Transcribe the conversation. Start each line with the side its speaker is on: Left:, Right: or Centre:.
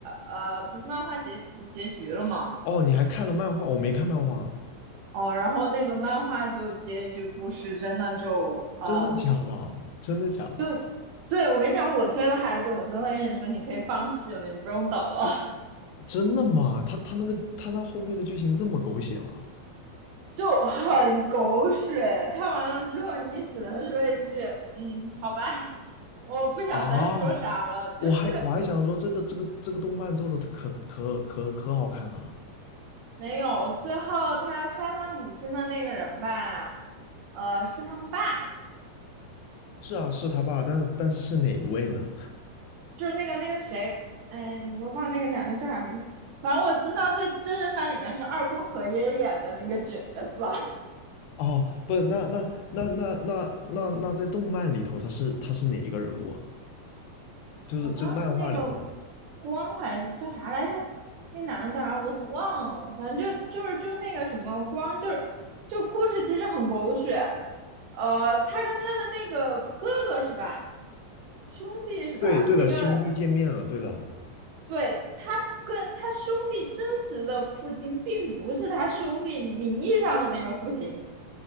Right: 呃不是漫画结结局了吗？
Left: 哦，你还看了漫画，我没看漫画，
Right: 哦，然后那个漫画就结局故事真的就嗯
Left: 真的假的？真的假的？
Right: 就对我跟你讲，我推的孩子，我真的跟你说，你可以放弃了，你不用等了，
Left: 真的吗？他他那个他那后面的剧情这么狗血吗？
Right: <laughs> 就很狗血。看完了之后，你只能说一句，嗯，好吧，我不想再说啥了。
Left: 啊，
Right: 就是
Left: 我还我还想说这个这个这个动漫做的可可可可好看了。
Right: 没有，最后他杀他母亲的那个人吧，呃，是他们爸。
Left: 是啊，是他爸，但是但是是哪一位呢？
Right: 就是那个那个谁，哎，我都忘那个男的叫啥名字，反正我知道在真人版里面是二宫和也演的那个角色，
Left: 哦，不，那那那那那那那在动漫里头他是他是哪一个人物啊？就是就漫画里头，
Right: 好像是那个光还是叫啥来着？那男的叫啥我都忘了，反正就就是就那个什么光，就是就故事其实很狗血，呃，他跟他的那个哥哥是吧，兄弟是吧？
Left: 对对的，
Right: 那个
Left: 兄弟见面了，对的，
Right: 对他跟他兄弟真实的父亲并不是他兄弟名义上的那个父亲，